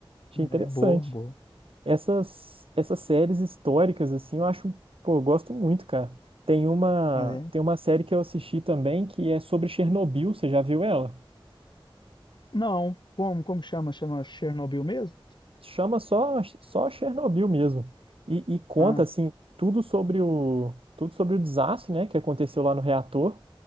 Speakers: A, on the right; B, on the left.
A: Achei interessante.
B: É boa, boa.
A: Essas, essas séries históricas, assim, eu acho, pô, eu gosto muito, cara. Tem uma,
B: É.
A: tem uma série que eu assisti também que é sobre Chernobyl, você já viu ela?
B: Não, como, como chama? Chama Chernobyl mesmo?
A: Chama só, só Chernobyl mesmo. E, e conta,
B: Ah,
A: assim, tudo sobre o, tudo sobre o desastre, né, que aconteceu lá no reator.